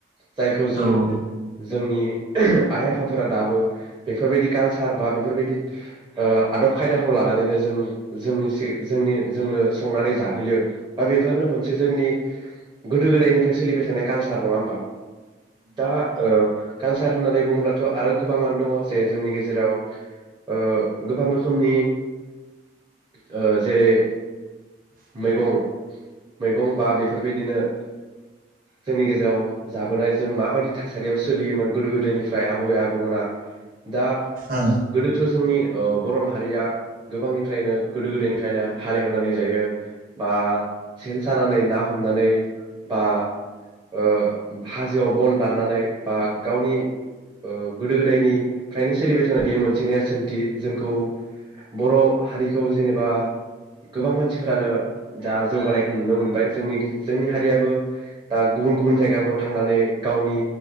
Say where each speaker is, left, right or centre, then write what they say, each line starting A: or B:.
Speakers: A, on the right; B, on the right.
A: जायखौ
B: औ
A: जों
B: उम
A: जोंनि आइ आफाफोरा दाबो बेफोरबायदि कालसार बा बेफोरबायदि ओ आदब खायदाखौ लानानैनो जों जोंनिसो जोंनि जोंनो संनानै जाहोयो बा बेफोरनो मोनसे जोंनि गोदो गोदायनिफ्राय सोलिबाय थानाय कालसार नङा होमबा? दा ओ कालसार होननानै बुं ब्लाथ' गोबाङ दङ जे जोंनि गेजेराव ओ गोबां रोखोमनि ओ जेरैै मैगं मैगं बा बेफोरबायदिनो जोंनि गेजेराव जाबोनाय जों माबायदि थासारियाव सोलियोमोन गोदो गोदायनि फ्राय आबै आबौ मोना दा
B: ओं
A: गोदोथ' जोंनि ओ बर' माहारिया गोबांनिफ्रायनो गोदो गोदायनि फ्रायनो हालेवनानै जायो बा सेन सानानै ना हमनानै बा ओ हाजोआव बन दाननानै बा गावनि ओ गोदो गोदायनि फ्रायनो सोलिबाय थानाय बे मोनसे नेरसोनथि जोंखौ बर' हारिखौ जेनेबा गोबां मानसिफोरानो दा जौगानायखौ नुनो मोनबाय। जोंनि जोंनि हारियाबो दा गुबुन गुबुन जायगाफ्राव थांनानै गावनि